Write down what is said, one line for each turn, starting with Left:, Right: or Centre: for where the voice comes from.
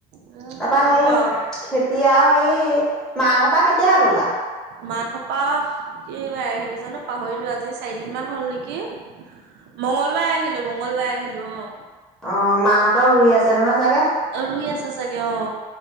Right: মোক
Centre: তাৰপা
Right: নকব
Centre: হেই
Right: আও
Centre: খেতি আৰু সেই মা ঘৰ পা কেতিয়া গ'লা?
Right: মা ঘৰপা, কি বাই আহিলো জানো পাহৰিলো আজি চাৰিদিন মান হ'ল নেকি? মঙলবাৰে আহিলো মঙগলবাৰে আহিলো অঁ
Centre: অঁ মাহঁতৰ ৰুই আছে নহয় চাগে?
Right: অ' ৰুই আছা চাগে অঁ